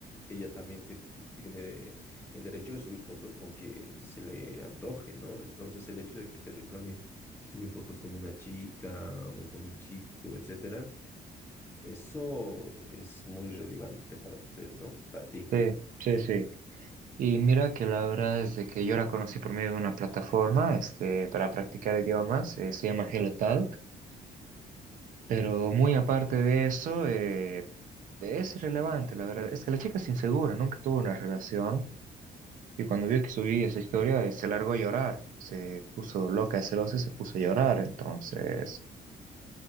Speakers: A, on the left; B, on the right.
A: ella también te- tiene de- el derecho de subir fotos con quien se le antoje, ¿no? Entonces el hecho de que te reclame si subí fotos con una chica o con un chico, etcétera, eso es muy relevante para usted, ¿no? Para ti.
B: Sí, sí, sí. Y mira que la verdad es de que yo la conocí por medio de una plataforma, este, para practicar idiomas, eh, se llama HelloTalk, pero muy aparte de eso, eh, es irrelevante, la verdad. Es que la chica es insegura, nunca tuvo una relación, y cuando vio que subí esa historia, eh, se largó a llorar, se puso loca, de celosa, y se puso a llorar, entonces,